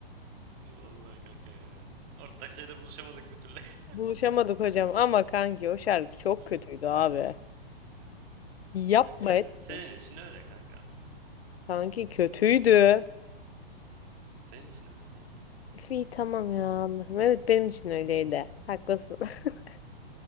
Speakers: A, on the right (about 30°); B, on the left (about 80°).
A: Vallahi kanka ya. Ortak şeyde buluşamadık bir türlü. <laughs>
B: Buluşamadık hocam ama kanki o şarkı çok
A: Hı.
B: kötüydü abi. Yapma
A: Ya sen,
B: etme.
A: senin için öyle kanka.
B: Kanki kötüydü.
A: Senin için öyle kanki.
B: Üf, İyi tamam ya Allah'ım. Evet benim için öyleydi. Haklısın. <laughs>